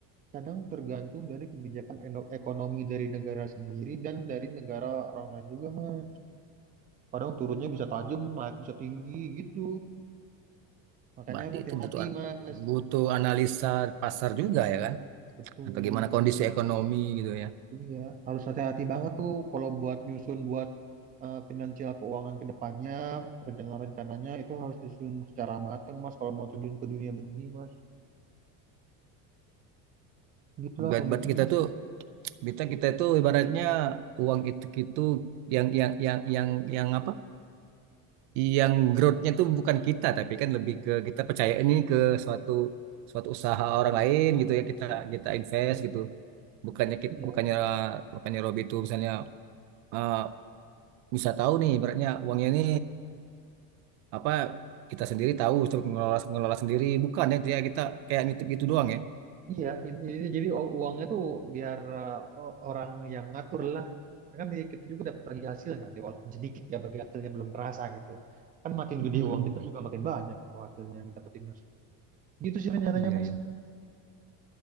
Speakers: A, on the right (about 20°); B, on the right (about 75°).
A: kadang tergantung dari kebijakan eno- ekonomi dari negara sendiri dan dari negara orang lain juga mas kadang turunnya bisa tajam naik bisa tinggi gitu makanya
B: Berarti
A: harus hati-hati
B: itu butuh an-
A: mas
B: butuh analisa pasar juga ya kan?
A: betul
B: Bagaimana kondisi
A: harus
B: ekonomi gitu ya.
A: Iya, harus hati-hati banget tuh kalau buat nyusun buat eh, finansial keuangan ke depannya, rencana-rencananya itu harus disusun secara matang, Mas, kalau mau terjun ke dunia begini, Mas. Gitulah
B: Ber-
A: rumitnya,
B: Berarti kita
A: Mas.
B: tuh kita kita itu ibaratnya uang itu itu yang yang yang yang yang apa? Yang growth-nya tuh bukan kita tapi kan lebih ke kita percaya ini ke suatu suatu usaha orang lain gitu ya kita kita invest gitu. Bukannya kita,
A: Iya.
B: bukannya bukannya Robi itu misalnya eh bisa tahu nih ibaratnya uangnya ini apa kita sendiri tahu untuk ngelola ngelola sendiri bukan ya dia kita kayak nitip gitu doang ya
A: Iya, ini ini jadi u- uangnya tuh biar eh, o- orang yang ngatur lah. Kan di- kita juga dapat bagi hasilnya, di- walaupun sedikit ya bagi hasilnya belum kerasa gitu. Kan makin
B: Mm-mm.
A: gede uang kita juga makin banyak itu hasilnya yang didapetin, Mas. Gitu sih rencananya,
B: iya
A: Mas.
B: ya